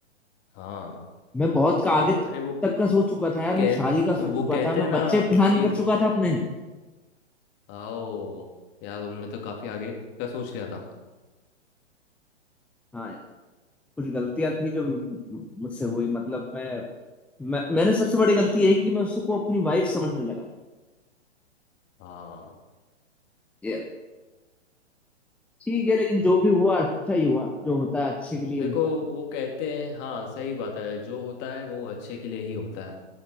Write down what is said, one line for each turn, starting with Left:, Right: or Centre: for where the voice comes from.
Left: हाँ
Centre: मैं बहुत का आगे
Left: अरे वो
Centre: तक का सोच चुका था यार मैं
Left: कह
Centre: शादी का सोच
Left: वो
Centre: चुका
Left: कहते
Centre: था
Left: हैं
Centre: मैं
Left: ना
Centre: बच्चे प्लान
Left: एक
Centre: कर चुका था अपने <laughs>
Left: आओ यार तुमने तो काफी आगे का सोच लिया था
Centre: हाँ कुछ गलतियां थी जो मु- मुझसे हुई मतलब मैं, मैं मैंने सबसे बड़ी गलती यही की मैं उसको अपनी वाइफ समझने लगा
Left: हाँ
Centre: ये ठीक है लेकिन
Left: हम्म,
Centre: जो भी हुआ अच्छा ही हुआ जो होता है अच्छे के लिए
Left: देखो
Centre: होता
Left: वो कहते हैं हाँ सही बात है जो होता है वो अच्छे के लिए ही होता है